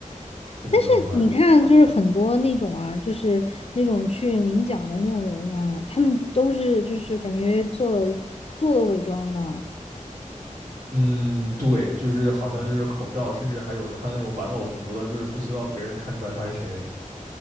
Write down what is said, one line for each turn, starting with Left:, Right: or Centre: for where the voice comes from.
Right: 真的就很乖。
Left: 但是你看，就是很多那种啊，就是那种去领奖的那种人啊，他们都是就是感觉做了做了伪装的，
Right: 嗯，对，就是好像就是口罩，甚至还有穿那种玩偶服的，就是不希望别人看出来他是谁。